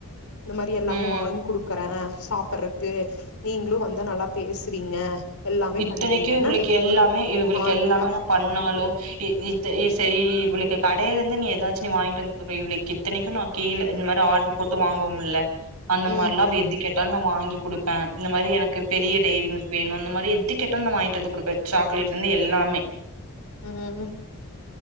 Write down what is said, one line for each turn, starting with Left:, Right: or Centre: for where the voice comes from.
Left: இந்த மாரி எல்லாமே
Right: ம்
Left: வாங்கி் குடுக்கறே சாப்படறக்கு நீங்களு வந்தா நல்லா பேசுறீங்க எல்லாமே
Right: இத்தனைக்கு
Left: பண்றீங்கன்னா
Right: இவளுக்கு எல்லாமே இவளுக்கு
Left: மாறிட்டா
Right: எல்லாமே நா பண்ணாலு இ இத் இது செரி இவளுக்கு கடைல இருந்து நீ எதாச்சு நீ வாங்கிட்டு வந்து குடுக்கற இவளுக்கு இத்தனைக்கு நா கீழ இது மாரி ஆர்டர் போட்டு வாங்குவோமல்ல அந்த
Left: ம்
Right: மாரில்லா அவ எது கே ட்டாலு நா வாங்கி குடுப்பே இந்த மாரி எனக்கு பெரிய டெய்ரி மில்க் வேணு அந்த மாரி எ து கேட்டாலு நா வாங்கிட்டு வந்து குடுப்பே சாக்லேட்ல இருந்து எல்லாமே.
Left: ம்